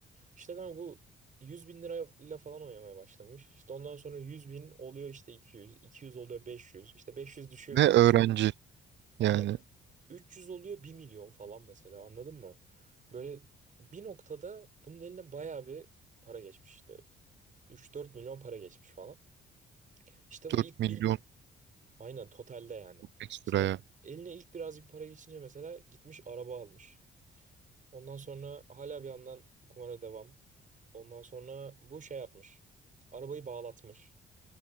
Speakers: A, on the right; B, on the right.
A: İşte kanka bu 100 bin lirayla falan oynamaya başlamış. İşte ondan sonra 100 bin oluyor işte 200. 200 oluyor 500. İşte 500 düşüyor 300.
B: Ve öğrenci.
A: Aynen.
B: Yani
A: 300 oluyor bir milyon falan mesela anladın mı? Böyle bir noktada bunun eline bayağı bir para geçmiş işte. Üç dört milyon para geçmiş falan. İşte bu
B: 4
A: ilk
B: milyon
A: bil aynen totalde yani.
B: çok ekstra
A: Mesela
B: ya.
A: eline ilk birazcık para geçince mesela gitmiş araba almış. Ondan sonra hala bir yandan kumara devam. Ondan sonra bu şey yapmış. Arabayı bağlatmış.